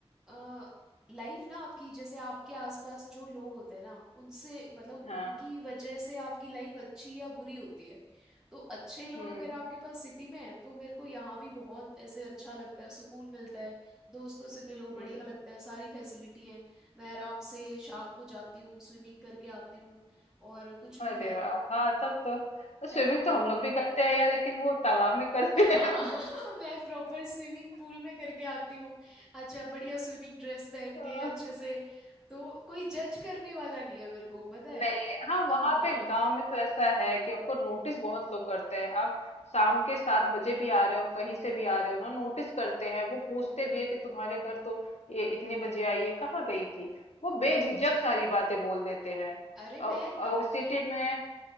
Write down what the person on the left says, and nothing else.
हाँ
हम्म
हम्म
अरे
वाह हाँ तब तो स्विमिंग
तो हम लोग भी करते हैं यार लेकिन वो तालाब में करते
हैं हम
तो
नहीं हाँ वहां
पे गांव में तो ऐसा है कि आपको नोटिस बहुत लोग करते हैं आप शाम के सात बजे भी आ रहे हो कहीं से भी आ रहे हो ना नोटिस करते हैं वो पूछते भी है कि तुम्हारे घर तो ये इतने बजे आई है कहाँ गई थी वो बेझिझक सारी बातें बोल देते हैं
अब
अब सिटी
में